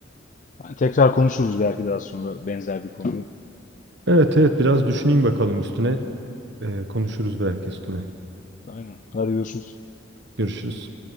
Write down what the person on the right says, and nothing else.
Evet evet biraz düşüneyim bakalım üstüne. E, konuşuruz belki üstüne.
Görüşürüz.